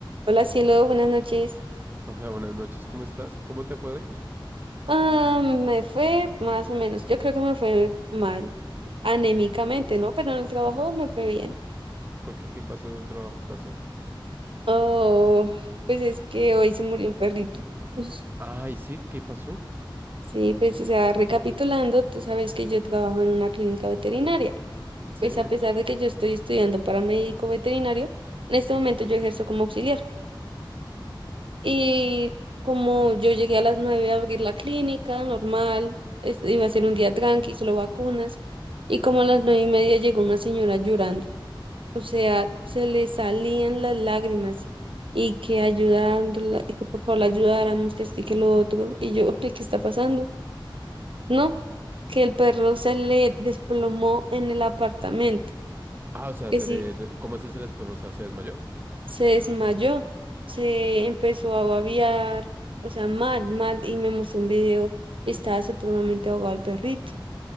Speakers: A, on the right; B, on the right.
A: Hola cielo, buenas noches.
B: Hola, buenas noches, ¿cómo estás? ¿Cómo te fue hoy?
A: Ah, me fue más o menos. Yo creo que me fue mal, anémicamente,
B: ¿Por,
A: ¿no? Pero en el trabajo me fue bien.
B: por qué? ¿Qué pasó en el trabajo, acaso?
A: Oh, pues es que hoy se murió un perrito. <laughs>
B: Ay, sí, ¿qué pasó?
A: Sí, pues o sea, recapitulando, tú sabes que yo trabajo en una clínica veterinaria.
B: Sí.
A: Pues a pesar de que yo estoy estudiando para médico veterinario, en este momento yo ejerzo como auxiliar. Y como yo llegué a las 9 a abrir la clínica, normal, es- iba a ser un día tranqui, solo vacunas, y como a las nueve y media llegó una señora llorando, o sea, se le salían las lágrimas y que ayudándola, y que por favor la ayudáramos, que este, que lo otro, y yo, <laughs> "Ay, ¿qué está pasando? No, que el perro se le desplomó en el apartamento,
B: Ah, o sea,
A: que
B: se
A: sí
B: le, de- ¿cómo así se les podemos hacer mayor?
A: se desmayó, se empezó a babear, o sea, mal, mal, y me mostró un video y estaba supremamente ahogado el perrito.